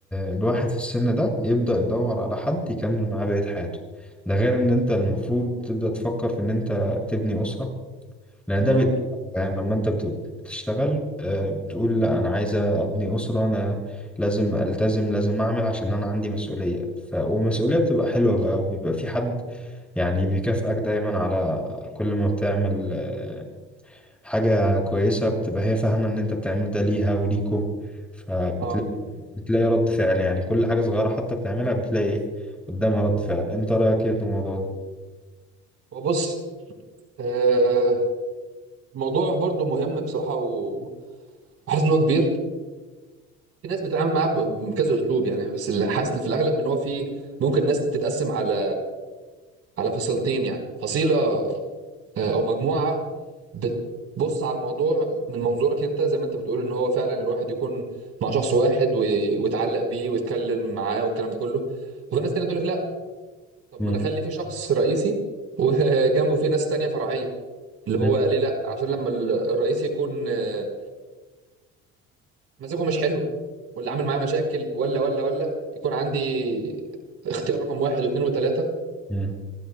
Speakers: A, in the centre; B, on the right.
A: الواحد في السن ده يبدأ يدور على حد يكمل معاه بقية حياته ده غير إن أنت المفروض تبدأ تفكر في إن أنت تبني أسرة لأن
B: امم
A: ده بي- فاهم لما أنت بت- بتشتغل آه، بتقول لا أنا عايزة أبني أسرة أنا لازم ألتزم لازم أعمل عشان أنا عندي مسؤولية ف... والمسؤولية بتبقى حلوة بقى وبيبقى في حد يعني بيكافئك دايما على كل ما بتعمل آه، حاجة كويسة بتبقى هي فاهمة إن أنت بتعمل ده ليها وليكم فبتلاقي
B: اه
A: بتلاقي رد فعل يعني كل حاجة صغيرة حتى بتعملها بتلاقي إيه قدامها رد فعل أنت رأيك إيه في الموضوع ده؟
B: وبص آه الموضوع برضو مهم بصراحه و- وحاسس ان هو كبير في ناس بتتعامل معاه ب- بكذا اسلوب يعني بس اللي حاسس في الاغلب ان هو في ممكن ناس تتقسم على على فصيلتين يعني فصيله آه، او مجموعه بتبص على الموضوع من منظورك انت زي ما انت بتقول ان هو فعلا الواحد يكون مع شخص واحد وي- ويتعلق بيه ويتكلم معاه والكلام ده كله وفي ناس تانية تقول لك لا طب
A: مم.
B: ما انا اخلي في شخص رئيسي وجنبه في ناس تانية فرعيه اللي هو
A: مم.
B: ليه لا عشان لما ال- الرئيس يكون آه، مزاجه مش حلو ولا عامل معاه مشاكل ولا ولا ولا يكون عندي اختيار رقم واحد واثنين وثلاثة
A: مم.